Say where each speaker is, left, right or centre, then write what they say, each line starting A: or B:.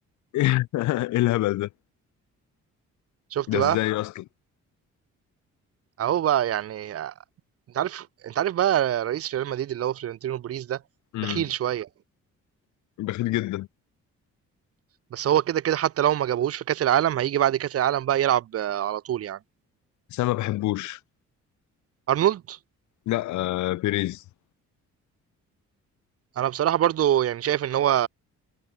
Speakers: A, on the left; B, on the right.
A: <laughs> ايه الهبل ده
B: شفت
A: ده
B: بقى
A: ازاي اصلا
B: اهو بقى يعني انت عارف انت عارف بقى رئيس ريال مدريد اللي هو فلورنتينو بيريز ده
A: امم
B: بخيل شويه
A: بخيل جدا
B: بس هو كده كده حتى لو ما جابهوش في كاس العالم هيجي بعد كاس العالم بقى يلعب آه، على طول يعني
A: بس انا ما بحبوش
B: ارنولد
A: لا آه بيريز
B: انا بصراحه برضو يعني شايف ان هو